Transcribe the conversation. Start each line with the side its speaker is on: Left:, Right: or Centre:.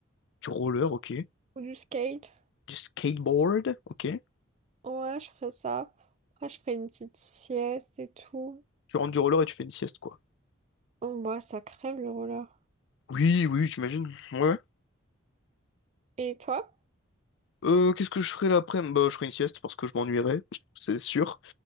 Left: Du roller, ok.
Right: ou du skate.
Left: Du skateboard, ok.
Right: Ouais, je ferai ça. Après je ferai une petite sieste et tout.
Left: Tu rentres du roller et tu fais une sieste, quoi.
Right: Oh, bah ça crève le roller.
Left: Oui, oui, j'imagine. Ouais.
Right: Et toi?
Left: Euh, qu'est-ce que je ferais l'après-midi? Bah, je ferais une sieste parce que je m'ennuierais, <laughs> c'est sûr.